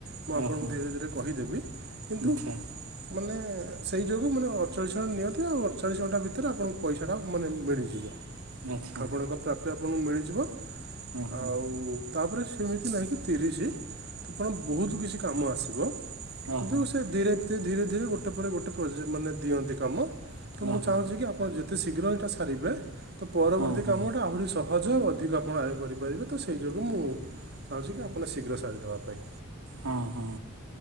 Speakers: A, on the right; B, on the right.
A: ମୁଁ ଆପଣଙ୍କୁ
B: ଓହୋ
A: ଧିରେ ଧିରେ କହିଦେବି, କିନ୍ତୁ
B: ଆଚ୍ଛା
A: ମାନେ ସେଇ ଯୋଗୁଁ ମାନେ ଅଠଚାଳିଶ ଘଣ୍ଟା ନିହାତି ଆଉ ଅଠଚାଳିଶ ଘଣ୍ଟା ଭିତରେ ଆପଣଙ୍କୁ ପଇସାଟା ମାନେ ମିଳିଯିବ।
B: ଆଚ୍ଛା
A: ଆପଣଙ୍କ ପ୍ରାପ୍ୟ ଆପଣଙ୍କୁ ମିଳିଯିବ।
B: ଓହୋ
A: ଆଉ ତାପରେ ସେମିତି ନାହିଁକି ତିରିଶି। ଆପଣ ବହୁତ କିଛି କାମ ଆସିବ।
B: ଓହୋ
A: କିନ୍ତୁ ସେ ଧୀରେ ଧରେ ଧୀରେ ଧୀରେ ଗୋଟେ ପରେ ଗୋଟେ ପ୍ରୋଜେକ୍ଟ ମାନେ ଦିଅନ୍ତି କାମ ତ ମୁଁ
B: ଓହୋ
A: ଚାହୁଁଛି କି ଆ ଆପଣ ଯେତେ ଶୀଘ୍ର ଏଇଟା ସାରିବେ ତ ପରବର୍ତ୍ତୀ
B: ହଁ ହଁ
A: କାମଟା ଆହୁରି ସହ ସହଜ ଅଧିକ ଆପଣ ଆୟ କରିପାରିବେ ତ ସେହି ଯୋଗୁଁ ମୁଁ ଚାହୁଁଛି କି ଆପଣ ଶୀଘ୍ର ସାରି ଦେବା ପାଇଁ।
B: ହଁ ହଁ।